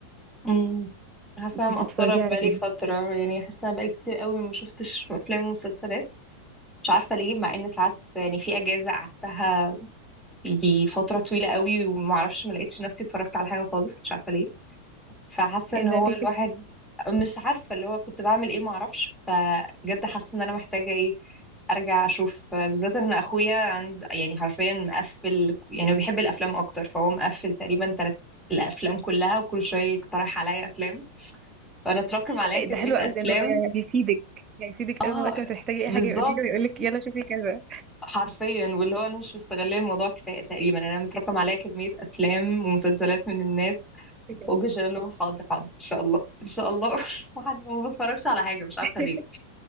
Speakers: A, in the centre; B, on the right (about 25°).
A: امم حاسه
B: انتي
A: أنا
B: بتتفرجي
A: مقصره بقالي
B: على ايه؟
A: فتره يعني حاسه بقالي كتير قوي ما شفتش افلام ومسلسلات مش عارفه ليه مع ان ساعات يعني في اجازه قعدتها يجي فتره طويله قوي وما اعرفش ما لقيتش نفسي اتفرجت على حاجه خالص مش عارفه ليه فحاسه
B: ايه
A: ان
B: ده
A: هو
B: ليه
A: الواحد
B: كده
A: مش عارفه اللي هو كنت بعمل ايه ما اعرفش فبجد حاسه ان انا محتاجه ايه ارجع اشوف بالذات ان اخويا عند يعني حرفيا مقفل يعني هو بيحب الافلام اكتر فهو مقفل تقريبا تلات الافلام كلها وكل شويه يقترح عليا افلام فانا اتراكم عليا
B: إيه
A: كمية
B: ده حلو قوي
A: افلام
B: ده إن هو يعني بيفيدك يعني بيفيدك
A: اه
B: أول ما وقت ما تحتاجي أي
A: بالظبط
B: حاجة يقولي له يقول لك يلا شوفي كذا
A: حرفيا واللي هو انا مش مستغله الموضوع كفايه تقريبا يعني انا متراكم عليا كميه افلام ومسلسلات من الناس
B: كده.
A: واجي اقول لهم حاضر حاضر ان شاء الله ان شاء الله <laughs> وحد ما بتفرجش على حاجه مش عارفه
B: <laughs>
A: ليه